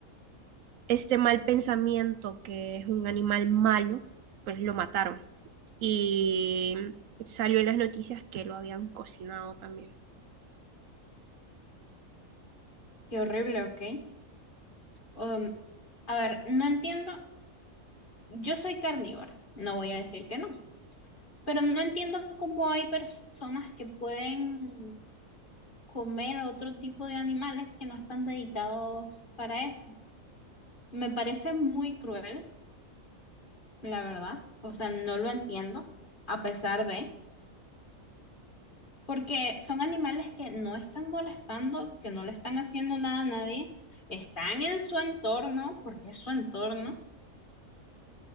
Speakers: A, on the right; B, on the left.
A: este mal pensamiento que es un animal malo, pues lo mataron. Y salió en las noticias que lo habían cocinado también.
B: Qué horrible, ¿ok? Um, a ver, no entiendo, yo soy carnívora, no voy a decir que no, pero no entiendo cómo hay personas que pueden comer otro tipo de animales que no están dedicados para eso. Me parece muy cruel, la verdad. O sea, no lo entiendo, a pesar de, porque son animales que no están molestando, que no le están haciendo nada a nadie, están en su entorno, porque es su entorno.